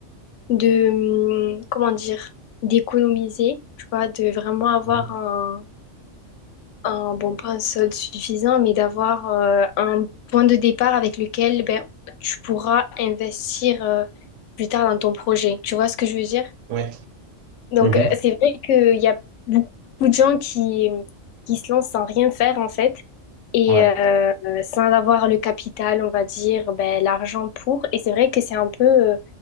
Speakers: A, on the left; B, on the right.
A: de, hum, comment dire, d'économiser, tu vois, de vraiment avoir
B: Mhm.
A: un un, bon, pas un solde suffisant, mais d'avoir euh, un point de départ avec lequel ben, tu pourras investir euh, plus tard dans ton projet. Tu vois ce que je veux dire?
B: Ouais.
A: Donc,
B: Mhm.
A: euh, c'est vrai qu'il y a beaucoup de gens qui, qui se lancent sans rien faire, en fait, et
B: Ouais.
A: euh, sans avoir le capital, on va dire, ben, l'argent pour. Et c'est vrai que c'est un peu, euh,